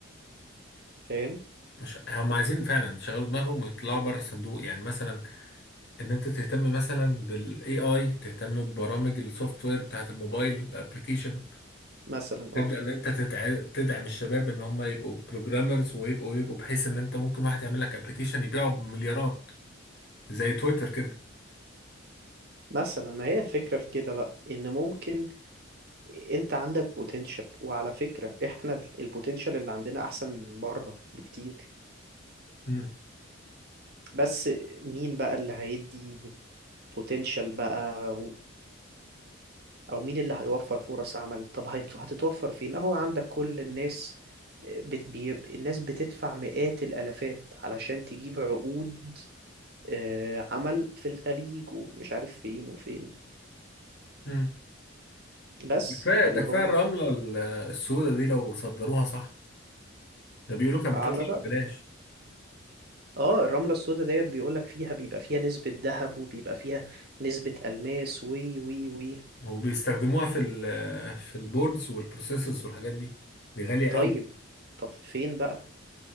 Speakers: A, on the right; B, on the left.
A: فاهم
B: مش هم عايزين فعلا يشغلوا دماغهم ويطلعوا بره الصندوق يعني مثلا ان انت تهتم مثلا بالاي اي تهتم ببرامج السوفت وير بتاعت الموبايل الابلكيشن
A: مثلا اه
B: تبدا ان انت تتع... تدعم الشباب ان هم يبقوا بروجرامرز ويبقوا يبقوا بحيث ان انت ممكن واحد يعمل لك ابلكيشن يبيعه بمليارات زي تويتر كده
A: مثلا ما هي الفكرة في كده بقى ان ممكن انت عندك بوتنشال وعلى فكرة احنا البوتنشال اللي عندنا احسن من بره بكتير
B: امم
A: بس مين بقى اللي هيدي بوتنشال بقى و- او مين اللي هيوفر فرص عمل طب هيت- هتتوفر فين اهو عندك كل الناس آه، بت... بي... الناس بتدفع مئات الالافات علشان تجيب عقود آه، عمل في الخليج ومش عارف فين وفين
B: امم
A: بس
B: كفايه
A: فاللي
B: ده كفايه
A: هو
B: الرمله ال- السوداء دي لو صدروها صح ده بيقولوا كانت
A: على
B: بتطلع
A: رأي
B: ببلاش
A: اه الرملة السوداء ديت بيقولك فيها بيبقى فيها نسبة ذهب وبيبقى فيها نسبة ألماس وي وي وي
B: وبيستخدموها في ال في البوردز والبروسيسورز والحاجات دي دي غاليه
A: طيب
B: قوي
A: طب فين بقى